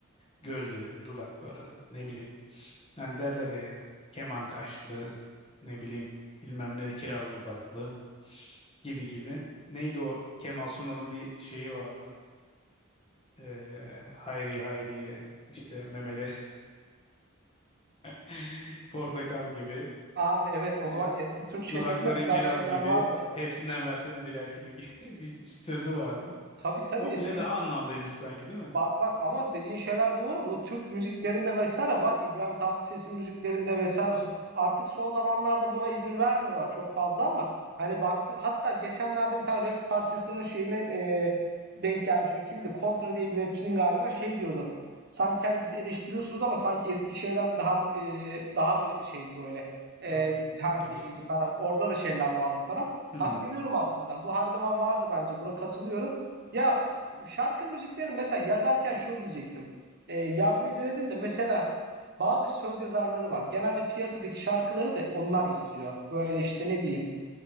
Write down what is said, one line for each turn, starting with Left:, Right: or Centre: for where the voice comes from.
Left: gözleri, dudakları, ne bileyim Yani derler ya keman kaşlı ne bileyim bilmem ne kiraz dudaklı gibi gibi. Neydi o Kemal Sunal'ın bir şeyi vardı. Ee, hayriye hayriye işte memeleri <laughs> portakal gibi
Right: Abi evet o zaman
Left: e,
Right: eski Türk şeylerinde
Left: dudakların
Right: bu tarz
Left: kiraz
Right: şeyler
Left: gibi
Right: vardı.
Left: hepsinden versene birer kilo gibi <laughs> bir sözü vardı.
Right: Tabii tabii
Left: O bile
Right: Türk
Left: daha anlamlıymış sanki değil mi?
Right: Bak bak ama dediğin şeyler doğru. Bu Türk müziklerinde vesaire var. İbrahim Tatlıses'in müziklerinde vesaire olsun. Artık son zamanlarda buna izin vermiyorlar çok fazla ama hani baktı hatta geçenlerde bir tane rap parçasının şeyine e, denk gelmişim. Kimdi? Kontra diye bir rapçinin galiba şey diyordu. Sanki hani bizi eleştiriyorsunuz ama sanki eski şeyler daha e, daha mı şeydi böyle e,
Left: Daha mı iyiydi
Right: terbiyeliydi
Left: gibisin.
Right: falan. Orada da şeyler vardı falan.
Left: Hmm,
Right: Hak veriyorum aslında. Bu her zaman vardı bence. Buna katılıyorum. Ya şarkı müzikleri mesela yazarken şunu diyecektim. Ee, yazmayı denedim de mesela bazı söz yazarları var. Genelde piyasadaki şarkıları da onlar yazıyor. Böyle işte ne bileyim